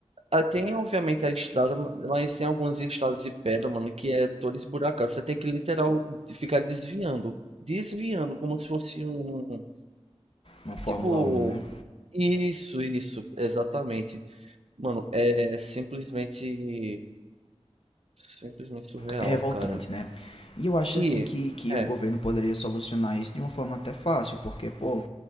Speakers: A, on the right; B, on the left.
A: ah, tem obviamente a estrada, ma- mas tem algumas estradas de pedra, mano, que é toda esburacada. Você tem que literal de- ficar desviando, desviando como se fosse um,
B: Uma Fórmula
A: tipo,
B: um né?
A: isso, isso, exatamente. Mano, é simplesmente simplesmente surreal,
B: é revoltante,
A: cara.
B: né? E eu acho
A: E
B: assim que, que
A: é,
B: o governo poderia solucionar isso de uma forma até fácil, porque, pô,